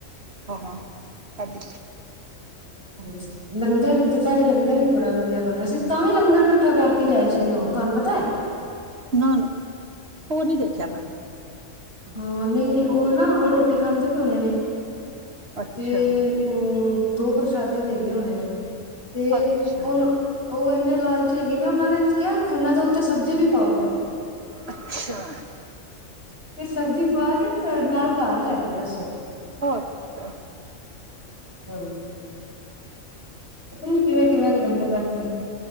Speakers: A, on the right; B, on the left.
A: ਹਾਂ- ਹਾਂ ਖਾਧੀ ਸੀ।
B: ਹੈਲੋ। ਲੰਗਰ ਦੁਪਹਿਰੇ ਲੰਗਰ ਵੀ ਬੜਾ ਵਧੀਆ ਬਣਿਆ ਸੀ ਤਾਂ ਵੀ ਲੰਗਰ ਇਕੱਠਾ ਕਰਕੇ ਲਿਆਏ ਸੀ ਨ ਉਹ, ਤੁਹਾਨੂੰ ਪਤਾ ਏ?
A: ਨਾ- ਨਾ ਉਹ ਨੀ ਦੇਖਿਆ ਮੈਂ।
B: ਹਾਂ ਨਹੀਂ ਉਹ ਨਾ ਉਹ ਰੋਟੀ ਖਾਂਦੇ ਪਏ ਹੋਣੇ ਨੇ,
A: ਅੱਛਾ
B: ਤੇ ਉਹ ਦੋ ਪ੍ਰਸ਼ਾਦੇ ਦੇ ਗਏ ਹੋਣੇ ਨੇ, ਤੇ
A: ਅੱਛਾ
B: ਉਹਿਓ। ਉਹ ਇੰਨੇ ਲਾਲਚੀ ਹੈਗੇ ਨੇ ਉਹਨਾ ਨੇ ਕਿਹਾ ਵੀ ਖੰਨਾ ਇਦੇ ਉੱਤੇ ਸਬਜ਼ੀ ਵੀ ਪਾਓ।
A: ਅੱਛਾ।
B: ਫੇਰ ਸਬਜ਼ੀ ਪਵਾ ਕੇ ਤੇ ਫੇਰ ਨਾਲ ਘਰ ਲੈ ਗੇ ਦੱਸੋ।
A: ਅੱ ਛਾ।
B: ਹਾਂਜੀ। ਪਤਾ ਨੀ ਕਿਵੇਂ- ਕਿਵੇਂ ਦੇ ਬੰਦੇ ਬੈਠੇ ਨੇ